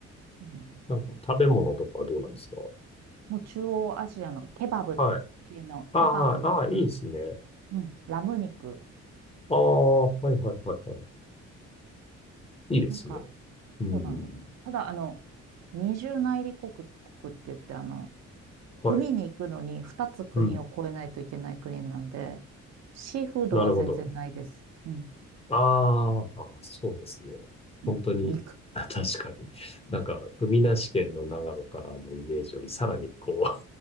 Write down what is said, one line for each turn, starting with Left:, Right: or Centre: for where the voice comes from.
Right: うなんですよ。
Left: なんか食べ物とかはどうなんですか
Right: もう中央アジアのケバブと系の、
Left: はい。ああ、
Right: ケバブとか、
Left: ああ、いいですね。
Right: うん、ラム肉、
Left: ああ、はいはいはいはい。いいですね。
Right: なんか、
Left: うんうんうん。
Right: そうなんです。ただ、あの、二重内陸国、国って言って、あの、
Left: はい。
Right: 海に行くのに二つ国を越えないといけない国なんで、
Left: うん。
Right: シーフードは全然ないです。
Left: なるほど。
Right: うん。
Left: あーあ、そうですね。
Right: うん、
Left: 本当に、
Right: 肉。
Left: <laughs> あ確かに。なんか、海なし県の長野からのイメージより、さらにこ